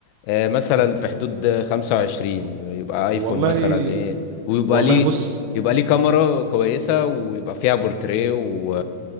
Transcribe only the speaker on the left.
آه، مثلا في حدود 25 يبقى ايفون
مثلا ايه ويبقى
ليه
يبقى ليه كاميرا كويسة ويبقى فيها بورتريه و...